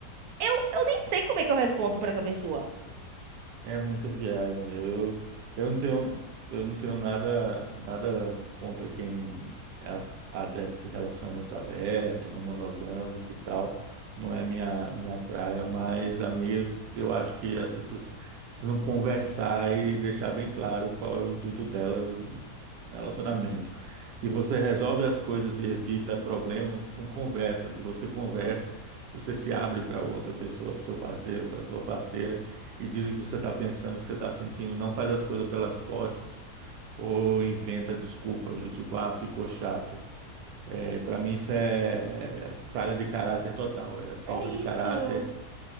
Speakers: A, on the right; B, on the right.
A: eu, eu nem sei como é que eu respondo pra essa pessoa.
B: é muita viagem. Eu, eu não tenho, eu não tenho nada, nada contra quem é a- adepto de relacionamento aberto, não monogâmico e tal. Não é minha, minha praia, mas, amigas, eu acho que as pessoas precisam conversar e deixar bem claro qual é o intuito dela. Relacionamento. E você resolve as coisas e evita problemas com conversas. E você conversa, você se abre para outra pessoa, para seu parceiro, para sua parceira, e diz o que você está pensando, o que você está sentindo. Não faz as coisas pelas costas ou inventa desculpas do tipo, ah, ficou chato. É, para mim isso é falha de caráter total, é falta
A: É isso.
B: de caráter.